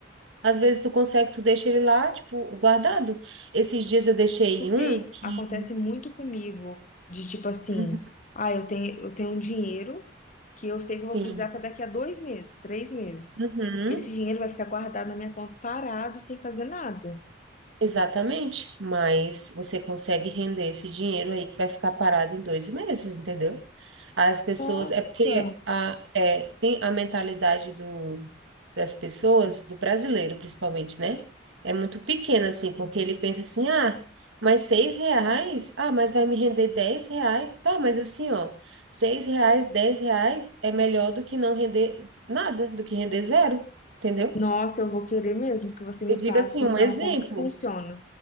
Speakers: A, on the right; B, on the left.
A: Às vezes tu consegue, tu deixa ele lá, tipo, guardado. Esses dias eu deixei
B: Porque
A: um que.
B: acontece muito comigo, de tipo assim,
A: Uhum,
B: ah, eu tenho, eu tenho um dinheiro que eu sei que
A: Sim.
B: eu vou precisar para daqui a dois meses, três meses.
A: Uhum,
B: Esse dinheiro vai ficar guardado na minha conta parado, sem fazer nada.
A: exatamente. Mas você consegue render esse dinheiro aí que vai ficar parado em dois meses, entendeu? As pessoas,
B: Nossa!
A: é porque a, é, tem a mentalidade do, das pessoas, do brasileiro principalmente, né? É muito pequena, assim, porque ele pensa assim, ah, mas seis reais? Ah, mas vai me render dez reais? Tá, mas assim, ó, seis reais, dez reais é melhor do que não render nada, do que render zero, entendeu?
B: Nossa, eu vou querer mesmo que você me
A: Eu digo
B: passe,
A: assim,
B: então,
A: um exemplo.
B: como que funciona.